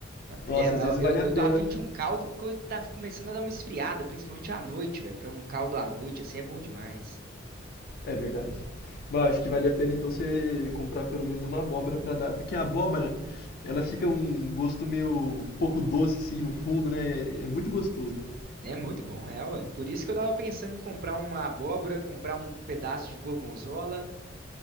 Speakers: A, on the right; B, on the left.
A: Ma- É,
B: Nossa,
A: mas
B: às vezes
A: eu,
B: vale a
A: eu
B: pena
A: tô afim de um caldo porque eu tá começando a dar uma esfriada, principalmente à noite, velho. Pra um caldo à noite, assim, é bom demais.
B: É verdade. Mas acho que vale a pena então você comprar pelo menos uma abóbora pra dar, porque a abóbora, ela fica um gosto meio um pouco doce assim no fundo, né? É, é muito gostoso, né?
A: É muito bom, é, ué. Por isso que eu tava pensando em comprar uma abóbora, comprar um pedaço de gorgonzola.